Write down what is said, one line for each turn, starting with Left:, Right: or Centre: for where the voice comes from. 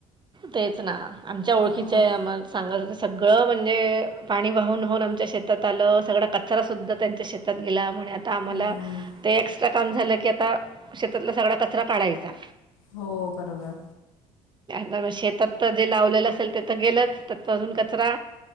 Right: तेच ना आमच्या ओळखीच्
Left: हम्म.
Right: मग सांगा सगळं म्हणजे पाणी वाहून वाहून आमच्या शेतात आलं सगळं. कचरा सुद्धा त्यांच्या शेतात गेला म्हणे आता आम्हाला
Left: हम्म
Right: ते एक्स्ट्रा काम झालं की आता, शेतातला सगळा कचरा काढायचा.
Left: हो बरोबर
Right: ज शेतात तर जे लावलेलं असेल ते तर गेलंच तर अजून कचरा